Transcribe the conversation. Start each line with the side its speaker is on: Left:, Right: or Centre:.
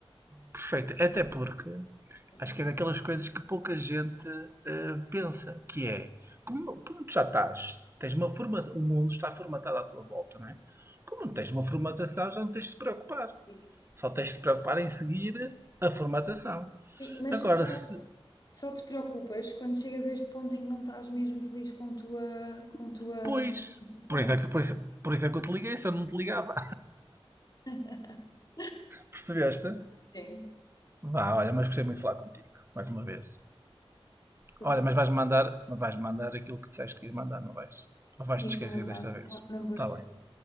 Right: perfeito. Até porque
Left: Espera.
Right: acho que é daquelas coisas que pouca gente eh, pensa, que é, como, como tu já estás, tens uma forma, o mundo está formatado à tua volta, não é? Como não tens uma formatação, já não tens de se preocupar.
Left: Sim,
Right: Só tens de te preocupar em seguir a formatação.
Left: Sim, mas
Right: Agora,
Left: eu
Right: se.
Left: acho Só te preocupas quando chegas a este ponto em que não estás mesmo feliz com a tua, com a tua
Right: Pois.
Left: profissão.
Right: Por isso é que, por isso, por isso é que eu te liguei, se eu não te ligava.
Left: <laughs>
Right: <laughs> Percebeste?
Left: Sim,
Right: Vá, olha, mas gostei muito de falar contigo. Mais uma vez.
Left: tudo
Right: Olha,
Left: bem.
Right: mas vais-me mandar, mas vais mandar aquilo que disseste que ias mandar, não vais? Ou
Left: Sim,
Right: vais-te esquecer
Left: vou mandar.
Right: desta vez?
Left: Não, não vou esquecer.
Right: Tá bem.